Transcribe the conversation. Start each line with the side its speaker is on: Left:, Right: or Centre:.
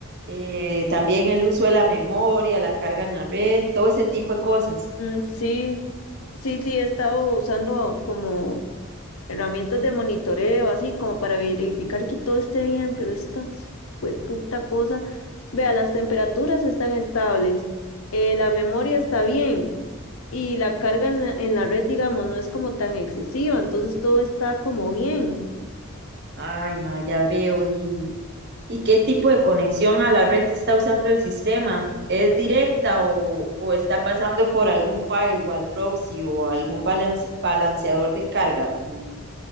Right: eh, también el uso de la memoria, la carga en la red, todo ese tipo de cosas.
Left: Mm, sí, sí, sí, he estado usando como herramientas de monitoreo, así como para verificar que todo esté bien, pero esta puta cosa. Vea, las temperaturas están estables, eh, la memoria está bien y la carga en la, en la red, digamos, no es como tan excesiva, entonces todo está como bien.
Right: Ay, ma, ya veo. Y ¿Y qué tipo de conexión a la red está usando el sistema? ¿Es directa o, o está pasando por algún firewall proxy o algún balance- balanceador de carga? Mm,